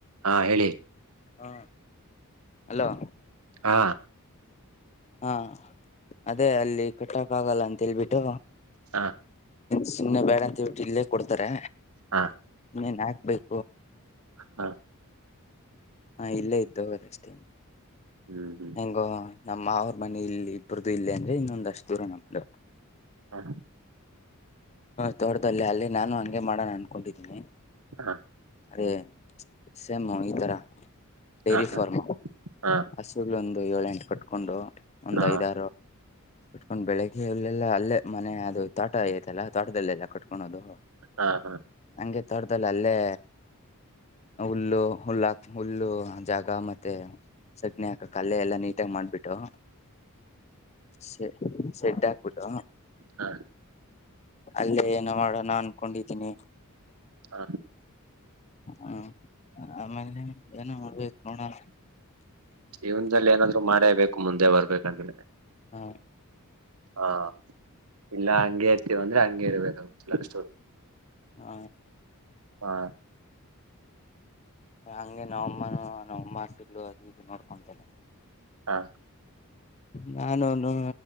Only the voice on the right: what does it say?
ಹಾ ಹೇಳಿ
ಹಾ
ಹಾ
ಹಾ
ಹಾ
ಹ್ಮ್ ಹ್ಮ್
ಹಾ
ಹಾ
ಹ ಹ
ಹ
ಹ
ಹಾ ಹಾ
ಹ
ಹ
ಇವ್ನ್ದಲ್ ಏನಾದ್ರು ಮಾಡೇಬೇಕು ಮುಂದೆ ಬರ್ಬೇಕಂದ್ರೆ
ಹಾ ಇಲ್ಲ ಹಂಗೆ ಇರ್ತೀವ್ ಅಂದ್ರೆ ಹಂಗೆ ಇರೋದೆ <unintelligible>
ಹಾ
ಹಾ